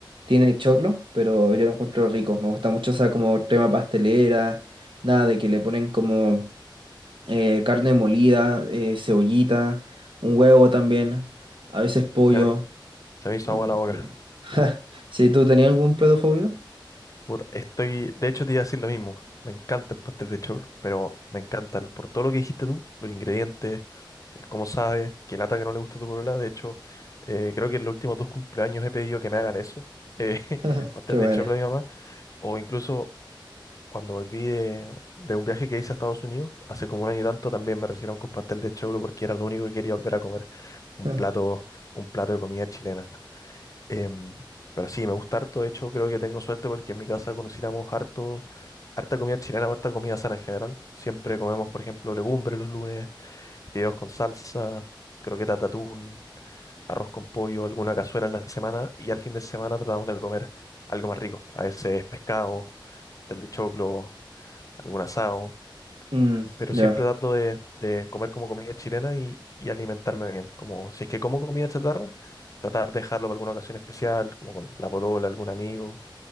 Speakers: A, on the right; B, on the left.
A: tiene choclo, pero yo lo encuentro rico. Me gusta mucho esa como crema pastelera, nada de que le ponen como eh, carne molida, eh, cebollita, un huevo también, a veces pollo.
B: Se me, se me hizo
A: em,
B: agua la boca.
A: <laughs>
B: Sí.
A: ¿Sí tú tenías algún plato favorito,
B: Puta, estoy, de hecho te iba a decir lo mismo. Me encanta el pastel de choclo, pero me encanta el- por todo lo que dijiste tú, los ingredientes, el cómo sabes, qué lata que no le gusta a tu polola. De hecho, eh, creo que en los últimos dos cumpleaños he pedido que me hagan eso, eh, <laughs>
A: <laughs>
B: pastel
A: qué bueno.
B: de choclo a mi mamá. O incluso cuando volví de, de un viaje que hice a Estados Unidos, hace como un año y tanto, también me recibieron con pastel de choclo porque era lo único que quería volver a comer. Un
A: <laughs>
B: plato, un plato de comida chilena. Em, pero sí, me gusta harto. De hecho, creo que tengo suerte porque en mi casa conociéramos harto, harta comida chilena, harta comida sana en general. Siempre comemos, por ejemplo, legumbres los lunes, fideos con salsa, croquetas de atún, arroz con pollo, alguna cazuela en la semana. Y al fin de semana tratamos de comer algo más rico. A veces pescado, pastel de choclo, algún asado
A: Mm,
B: pero
A: ya,
B: siempre trato de, de comer como comida chilena y, y alimentarme bien. Como si es que como comida chatarra, tratar de dejarlo para alguna ocasión especial, como con la polola, algún amigo,